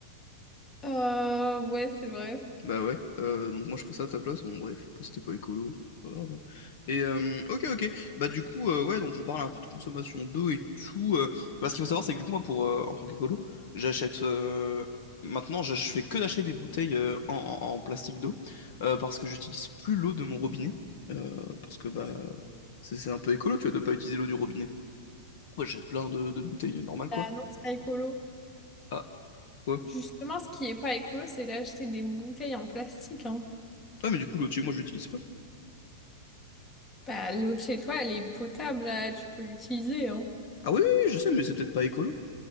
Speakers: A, on the left; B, on the left.
A: Euh, ouais, c'est vrai.
B: Bah ouais, euh, donc moi je ferais ça à ta place, bon bref, après, c'était pas écolo, c'est pas grave. hein. Et euh, ok ok, bah du coup euh, ouais donc on parle un peu de consommation d'eau et tout. euh, bah, ce qu'il faut savoir c'est que du coup moi pour euh, en tant qu'écolo, j'achète euh, maintenant je, je fais que d'acheter des bouteilles euh, en, en- en plastique d'eau euh, parce que j'utilise plus l'eau de mon robinet euh, parce que bah c'est c'est un peu écolo tu vois de pas utiliser l'eau du robinet. Ouais j'achète plein de, de bouteilles euh, normales quoi.
A: Bah non, c'est pas écolo.
B: Ah quoi?
A: Justement, ce qui est pas écolo, c'est d'acheter des bouteilles en plastique, hein.
B: Ah mais du coup l'eau de chez moi je l'utilise pas.
A: Bah, l'eau de chez toi, elle est potable, là, tu peux l'utiliser, hein.
B: Ah oui, oui oui, je sais mais c'est peut-être pas écolo.